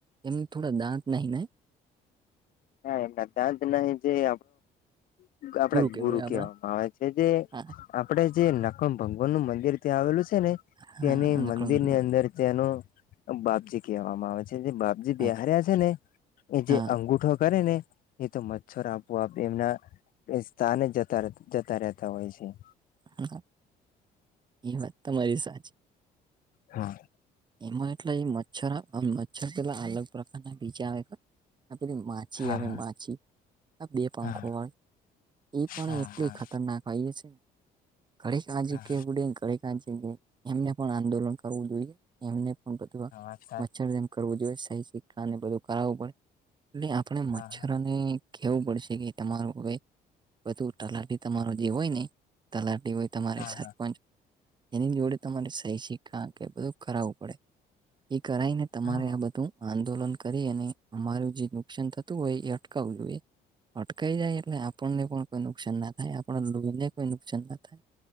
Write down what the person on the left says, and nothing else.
હ એના દાંત નહીં <unintelligible> આપડે
ગુરુ
કેહેવામાં આવે છે જે
આપણેે જે ભગવાન નું મંદિર ત્યાં આવેલું છે ને
તેની
મંદિર
ની અંદર ત્યાંનું બાપજી કહેવામાં આવે છે જે બાપજી
બિહાર્યા છે ને એ જે
અંગુઠો કરે ને એ તો મચ્છર આપું આપે એમના એ સ્થાને જ જતા જતા રહેતા હોય છે.
હા.
હા
હા
હા
હા
હા
હા
હા વાત સાચી
હા
હા
હા
હા હા હા
હા